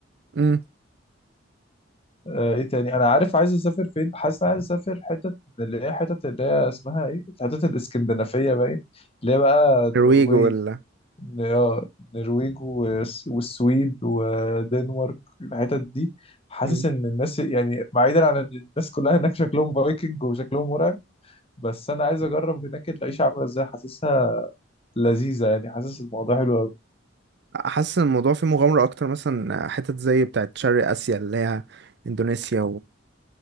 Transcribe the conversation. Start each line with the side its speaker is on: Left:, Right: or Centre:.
Right: امم
Left: آه ايه تاني انا عارف عايز اسافر فين حاسس إن أنا عايز اسافر حتت من اللي هي حتت اللي هي اسمها ايه حتت الاسكندنافيه باين اللي هي بقى
Right: نرويج
Left: النرويج
Right: ولا
Left: ن- اه النرويج والس- والسويد ودنمارك الحتت دي حاسس
Right: مم.
Left: ان الناس يعني بعيدا عن ان الناس كلها هناك شكلهم فايكنج وشكلهم مرعب بس انا عايز اجرب هناك العيشه عامله ازاي حاسسها لذيذه يعني حاسس الموضوع حلو قوي
Right: حاسس ان الموضوع فيه مغامرة اكتر مثلا حتت زي بتاعت شرق اسيا اللي هي اندونيسيا و...